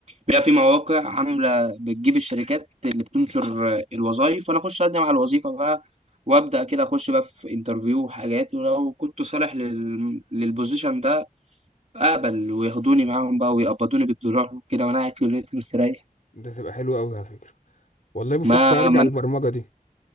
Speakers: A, on the right (about 50°); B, on the left (about 70°).
A: بيبقى في مواقع عامله بتجيب الشركات اللي بتنشر آه، الوظائف فانا اخش اقدم على الوظيفه بقى وابدا كده اخش بقى في انترفيو وحاجات ولو كنت صالح لل... للبوزيشن ده اقبل وياخدوني معاهم بقى ويقبضوني بالدولار وكده وانا قاعد في البيت مستريح
B: ده تبقى حلوه قوي على فكره والله بفكر
A: ما
B: ارجع
A: ما
B: للبرمجه
A: انا
B: دي